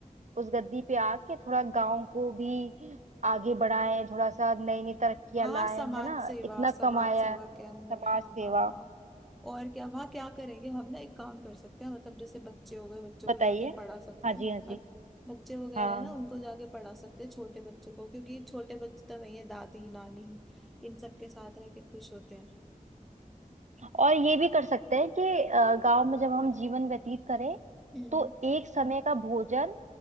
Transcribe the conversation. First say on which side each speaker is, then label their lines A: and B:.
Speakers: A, on the right (about 55°); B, in the centre.
A: उस गद्दी पे आके थोड़ा गांव को भी आगे बढ़ाएं थोड़ा सा नई नई तरक्कियां
B: हाँ
A: लाएं
B: समाज
A: है ना
B: सेवा
A: इतना
B: समाज
A: कमाया
B: सेवा
A: है
B: के अंदर
A: समाज
B: हाँ
A: सेवा
B: हाँ हाँ और क्या वहाँ क्या करेंगे हम ना एक काम कर सकते हैं मतलब जैसे बच्चे हो गए बच्चों
A: बताइए
B: को जाके पढ़ा सकते
A: हाँ
B: हैं
A: जी हाँ जी
B: पर बच्चे वगैरह
A: हाँ
B: है ना उनको जाके पढ़ा सकते हैं छोटे बच्चों को क्योंकि छोटे बच्चे तो वही है दादी नानी इन सबके साथ रह के खुश होते हैं
A: और ये भी कर सकते हैं कि गांव में जब हम जीवन व्यतीत करें
B: हम्म
A: तो एक समय का भोजन